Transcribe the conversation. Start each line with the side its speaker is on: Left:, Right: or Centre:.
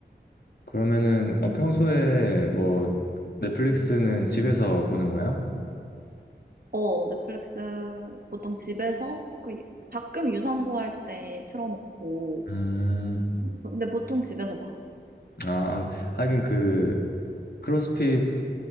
Left: 그러면은 어, 평소에 뭐 넷플릭스는 집에서 보는 거야?
Right: 어, 넷플릭스 보통 집에서, 그 가끔 유산소 할 때 틀어놓고,
Left: 음,
Right: 음, 근데 보통 집에서 봐.
Left: 아, 아, 하긴 그 크로스핏